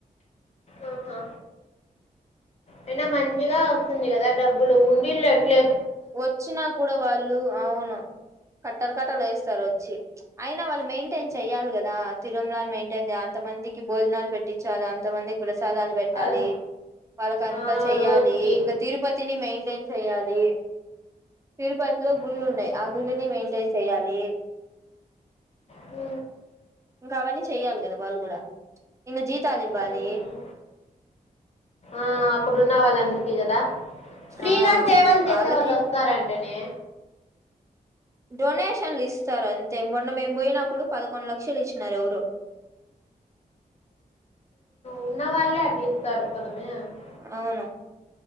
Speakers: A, on the left; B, on the right.
A: ఆహా అయినా మంచిగా వస్తుంది కదా డబ్బులు ఉండీల్లో ఎట్లే
B: వచ్చినా కూడా వాళ్ళు అవును కట్టల్ కట్టలేస్తారు వచ్చి అయినా వాళ్ళు మెయింటెన్ చెయాలి కదా తిరుమలాని మెయింటెన్ చేయాల్ అంత మందికి భోజనాలు పెట్టించాల అంత మందికి ప్ర సాదాలు పెట్టాలి
A: అది,
B: వాళ్ళకంతా
A: ఆ,
B: చెయాలి
A: రోజుకి
B: ఇంకా తిరుపతిని మెయిం టెన్ చెయాలి తిరుపతిలో గుళ్ళున్నాయి.
A: ఉమ్,
B: ఆ గుళ్ళని మెయింటెన్ చేయాలి.
A: హ్మ్
B: ఇంకా అవన్నీ చెయ్యాలి కదా వాళ్ళు కూడా ఇంగ జీతాలు ఇవ్వాలి.
A: ఉమ్, ఆ అప్పుడున్న వాళ్ళందరికీ కదా ఫ్రీగా
B: ఆ
A: సేవలు చేసే
B: వాళ్ళకి
A: వాళ్ళు వస్తార అటనే
B: డొనేషన్లు ఇస్తారు అంతే మొన్న మేము పోయినప్పుడు పదకొండు లక్షలు ఇచ్చినారు ఎవరో
A: ఉన్న వాళ్ళే అట్లిత్తరు కదమే ఉమ్,
B: అవును